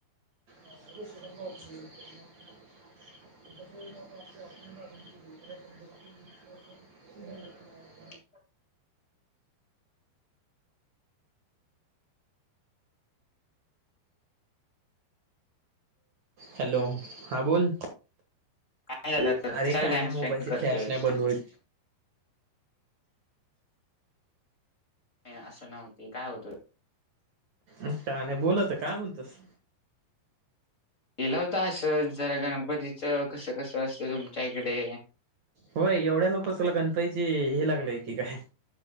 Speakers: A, on the right; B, on the left.
A: ख <unintelligible> आप <unintelligible>
B: <inaudible>
A: हॅलो हा बोल.
B: काय झालं कशाला
A: अरे काय
B: टाइम
A: नाही मोबाईलची
B: स्पेंड करतोयस
A: फ्लॅश नाही बनवत.
B: ये असं नव्हती काय होत.
A: आत्ता आणि बोल आता काय म्हणतस.
B: गेला होता, असंच जरा गणपतीच कसं कसं असतं तुमच्या इकडे
A: होय एवढ्या लोक तुला गणपतीची हे लागलय की काय.